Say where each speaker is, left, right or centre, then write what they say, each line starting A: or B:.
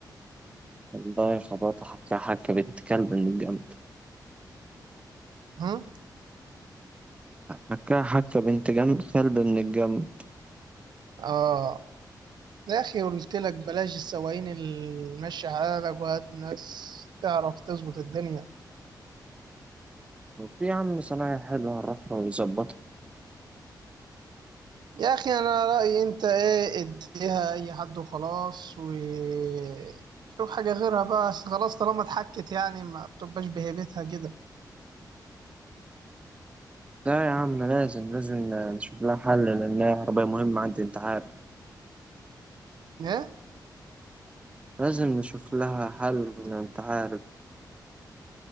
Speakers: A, on the right; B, on the right.
A: والله خبطت حكا حكا بنت كلب من الجنب
B: هم؟
A: حكا حكا بنت جنب كلب من الجنب
B: اه يا اخي قلت لك بلاش السواقين اللي ماشيه حالك وهات ناس تعرف تظبط الدنيا
A: وفي يا عم صنايعي حلو هنروح له ويظبطها
B: يا اخي انا رايي انت ايه اديها اي حد وخلاص وشوف حاجه غيرها بقى أصل خلاص طالما اتحكت يعني ما بتبقاش بهيبتها كده
A: لا يا عم لازم لازم نشوف لها حل لأنها عربية مهمة عندي انت عارف
B: ايه
A: لازم نشوف لها حل انت عارف